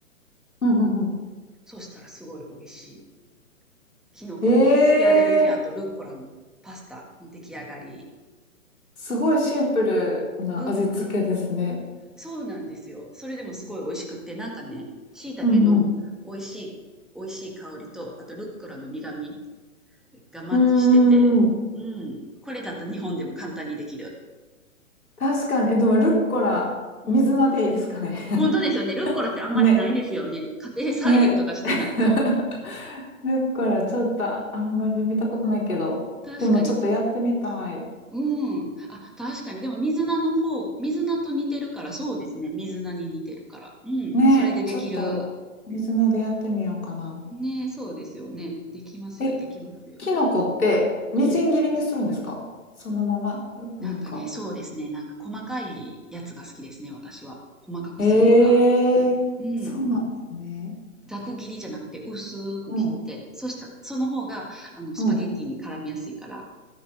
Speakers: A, on the left; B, in the centre.
A: うんうん
B: そうしたらすごい美味しい。キノコとフィアデルフィアとルッコラのパスタの出来上がり。
A: ええーすごいシンプルな味付けですね。
B: うんうん。そうなんですよ。それでもすごい美味しくって、なんかね、椎茸の美味しい、
A: うんうん
B: 美味しい香りと、あとルッコラの苦味がマッチしてて、
A: うーん。
B: うん。これだと日本でも簡単にできる。
A: 確かに。え、でもルッコラ、
B: うん。
A: 水菜でいいですかね。
B: 本当ですよね。ルッコラってあんまりないですよね。
A: <laughs> ね、
B: 家庭菜園とかしてないと。
A: ね。<laughs> ルッコラ、ちょっとあんまり見たことないけど。
B: 確かに。
A: でもちょっとやってみたい。
B: うん。あ、確かに。でも、水菜の方、水菜と似てるから、そうですね。水菜に似てるから。うん。
A: ね、
B: それでできる
A: ちょっと水菜でやってみようかな。
B: ねえ、そうですよね。できますよ、
A: え、
B: できますよ。
A: キノコってみじん切りにするんですかそのまま、
B: うん。
A: んなんか。
B: なんかね、そうですね。なんか細かいやつが好きですね、私は。細かくするのが。
A: ええそうなんですね。
B: うん。ざく切りじゃなくて薄く切って、
A: うん、
B: そしたら、その方が、あの、スパゲッティに絡みやすいから。
A: うん。